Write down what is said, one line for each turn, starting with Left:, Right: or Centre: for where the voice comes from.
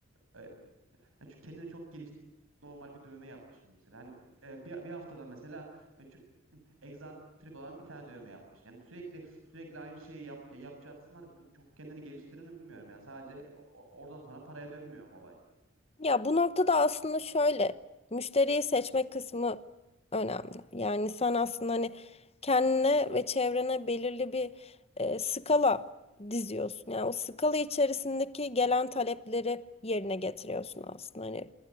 Right: e, hani şu kendini çok geliş normal bir dövme yapmışım mesela. Hani e, bir, bir haftada mesela e, çö- egzantrik olan bir tane dövme yapmış Yani sürekli sürekli aynı şeyi yap, ya- yapacaksın. Hani bu çok kendini geliştirir mi bilmiyorum. Yani sadece o- oradan sonra paraya dönmüyor mu olay?
Left: Ya bu noktada aslında şöyle müşteriyi seçmek kısmı önemli. Yani sen aslında hani kendine ve çevrene belirli bir e, skala diziyorsun. Yani o skala içerisindeki gelen talepleri yerine getiriyorsun aslında. Hani